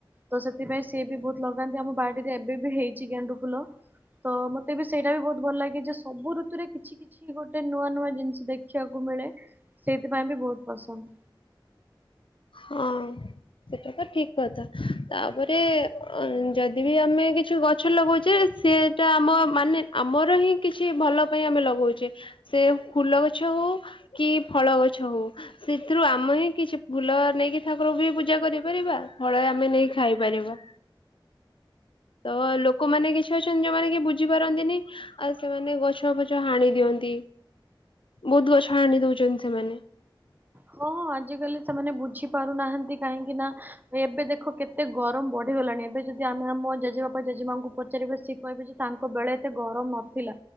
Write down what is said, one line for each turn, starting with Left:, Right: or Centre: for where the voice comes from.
Right: ତ ସେଥିପାଇଁ ସିଏ ବି ବହୁତ ଲଗାନ୍ତି। ଆମ ବାଡ଼ିରେ ଏବେ ବି ହେଇଛି ଗେଣ୍ଡୁ ଫୁଲ। ତ ମତେ ବି ସେଇଟା ବି ବହୁତ ଭଲ ଲାଗେ ଯେ ସବୁ ଋତୁରେ କିଛି କି କିଛି ଗୋଟେ ନୂଆ ନୂଆ ଜିନିଷ ଦେଖିବାକୁ ମିଳେ ସେଇଥିପାଇଁ ବି ବହୁତ ପସନ୍ଦ।
Left: ହଁ। ସେଇଟା ତ ଠିକ କଥା ତାପରେ ଯଦି ବି ଆମେ କିଛି ଗଛ ଲଗାଉଛେ ସେଟା ଆମ ମାନେ ଆମର ହିଁ କିଛି ଭଲ ପାଇଁ ଆମେ ଲଗଉଛେ ସେ ଫୁଲ ଗଛ ହଉ କି ଫଳ ଗଛ ହଉ ସେଥିରୁ ଆମେ ହିଁ କିଛି ଫୁଲ ନେଇକି ଠାରଙ୍କୁ ବି ପୂଜା କରିପାରିବା ଫଳ ଆମେ ନେଇକି ଖାଇପାରିବା। ତ ଲୋକମାନେ କିଛି ଅଛନ୍ତି ଯୋଉମାନେ କି ବୁଝିପାରନ୍ତିନି ଆଉ ସେମାନେ ଗଛ ଫଛ ହାଣି ଦିଅନ୍ତି ବହୁତ ଗଛ ହାଣି ଦଉଛନ୍ତି ସେମାନେ
Right: ହଁ ଆଜିକାଲି ସେମାନେ ବୁଝି ପାରୁନାହାନ୍ତି କାହିଁକି ନା ଏବେ ଦେଖ କେ ଏତେ ଗରମ ବଢ଼ିଗଲାଣି ଏବେ ଯଦି ଆମେ ଆମ ଜେଜେବାପା ଜେଜେମାଆଙ୍କୁ ପଚାରିବା ସିଏ କହିବେ ଯେ ତାଙ୍କ ବେଳେ ଏତେ ଗରମ ନ ଥିଲା।